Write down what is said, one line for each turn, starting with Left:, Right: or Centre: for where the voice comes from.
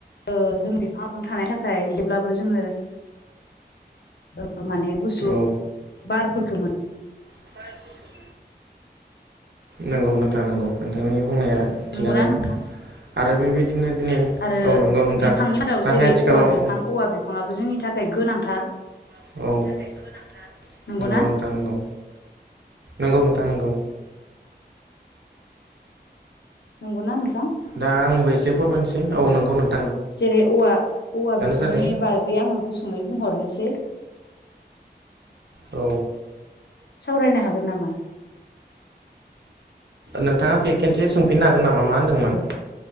Left: ओ जों बिफां लाइफां थानायनि थाखाय जेब्लाबो जोङो ओ माने गुसु
Right: औ
Left: बारफोरखो मोन
Right: <inaudible> नांगौ नोंथां नांगौ नोंथांनि बुंनाया
Left: मोनो नंगौना
Right: थिगानो
Left: नोंथां
Right: आरो बेबायदिनो दिनै
Left: आरो
Right: औ नंगौ नोंथां
Left: बिफांनि मादाव
Right: नाथाय
Left: जेरै
Right: आथिखालाव
Left: औवा बिफां औवा बिफाङाबो जोंनि थाखाय गोनांथार
Right: औ जोंनि थाखाय गोनांथार
Left: नंगौना
Right: नोंथां नंगौ नंगौ नोंथां नंगौ
Left: नंगौना नोंथां
Right: दा आंबो एसे फोरमायनोसै औ नंगौ नों
Left: जेरै औवा औवा बिफांनि
Right: जादों
Left: बागै आङो गुसुङै बुंहरनोसै
Right: औ
Left: सावरायनो हागोन नामा
Right: नोंथाङा खे खेनसे सोंफिननो हागोन नामा मा होनदोंमोन